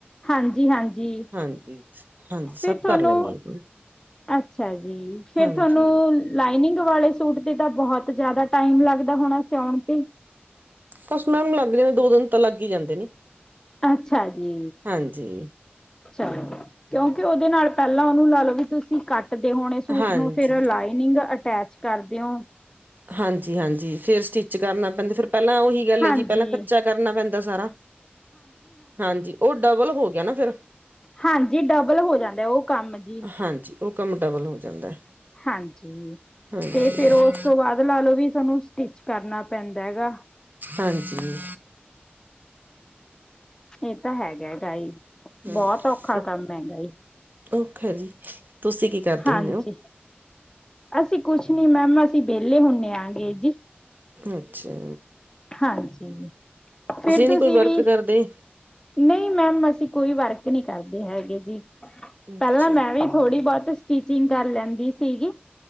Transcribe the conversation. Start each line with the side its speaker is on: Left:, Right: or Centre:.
Left: ਹਾਂਜੀ ਹਾਂਜੀ
Right: ਹਾਂਜੀ- ਹਾਂਜੀ। ਸਭ
Left: ਫਿਰ ਤੁਹਾਨੂੰ
Right: ਕਰ ਲੈਣੀ ਆ।
Left: ਅੱਛਾ ਜੀ। ਫੇਰ
Right: ਹਾਂਜੀ
Left: ਤੁਹਾਨੂੰ ਲਾਈਨਿੰਗ ਵਾਲੇ ਸੂਟ ਤੇ ਤਾਂ, ਬਹੁਤ ਜ਼ਿਆਦਾ ਟਾਈਮ ਲੱਗਦਾ ਹੋਣਾ ਸਿਆਉਣ ਤੇ।
Right: ਬੱਸ ਮੈਮ ਲੱਗ ਜਾਂ ਦੋ ਦਿਨ ਤਾਂ ਲੱਗ ਹੀ ਜਾਂਦੇ ਨੇ।
Left: ਅੱਛਾ ਜੀ
Right: ਹਾਂਜੀ
Left: -ਅੱਛਾ। ਕਿਉਂਕਿ ਉਹਦੇ ਨਾਲ ਪਹਿਲਾਂ ਉਹਨੂੰ ਲਾ ਲਓ। ਵੀ ਤੁਸੀਂ ਕੱਟਦੇ ਹੋਣੇ ਸੂਟ
Right: ਹਾਂਜੀ
Left: ਨੂੰ ਫੇਰ, ਲਾਈਨਿੰਗ ਅਟੈਚ ਕਰਦੇ ਓ
Right: ਹਾਂਜੀ-ਹਾਂਜੀ ਫੇਰ ਸਟਿੱਚ ਕਰਨਾ ਪੈਂਦਾ ਫਿਰ ਪਹਿਲਾਂ ਉਹੀ ਗੱਲ
Left: ਹਾਂਜੀ
Right: ਏ ਜੀ ਪਹਿਲਾਂ ਕੱਚਾ ਕਰਨਾ ਪੈਂਦਾ ਸਾਰਾ। ਹਾਂਜੀ ਉਹ ਡਬਲ ਹੋ ਗਿਆ ਨਾ ਫੇਰ।
Left: ਹਾਂਜੀ ਡਬਲ ਹੋ ਜਾਂਦਾ ਉਹ ਕੰਮ ਜੀ।
Right: ਹਾਂਜੀ ਉਹ ਕੰਮ ਡਬਲ ਹੋ ਜਾਂਦਾ।
Left: ਹਾਂਜੀ,
Right: ਹਾਂਜੀ
Left: ਤੇ ਫਿਰ ਉਸ ਤੋਂ ਬਾਅਦ ਲਾ ਲਓ ਵੀ ਸਾਨੂੰ ਸਟਿਚ ਕਰਨਾ ਪੈਂ ਦਾ ਹੈਗਾ।
Right: ਹਾਂਜੀ।
Left: ਇਹ ਤਾਂ ਹੈਗਾ ਗਾ ਈ।
Right: ਹਾਂਜੀ
Left: ਬੌਤ ਔਖਾ ਕੰਮ ਐਗਾ ਈ।
Right: ਔਖਾ ਜੀ, ਤੁਸੀਂ ਕੀ ਕਰਦੇ
Left: ਹਾਂਜੀ
Right: ਹੁੰਨੇ ਓ?
Left: ਅਸੀਂ ਕੁਛ ਨੀ ਮੈਮ ਅਸੀਂ ਵੇਲੇ ਹੁੰਨੇ ਆਾਂਗੇ ਜੀ।
Right: ਅੱਛਾ।
Left: ਹਾਂਜੀ, ਫਿਰ ਤੁਸੀਂ
Right: ਨੀ ਕੋਈ ਵਰਕ
Left: ਵੀ
Right: ਕਰਦੇ
Left: ਨਈ ਮੈਮ ਅਸੀਂ ਕੋਈ ਵਰਕ ਨਹੀਂ ਕਰਦੇ ਹੈਗੇ ਜੀ,
Right: ਅੱਛਾ
Left: ਪਹਿਲਾਂ ਮੈਂ
Right: ਜੀ
Left: ਵੀ ਥੋੜ੍ਹੀ ਬੋਤ ਸਟੀਚਿੰਗ ਕਰ ਲੈਂਦੀ ਸੀਗੀ।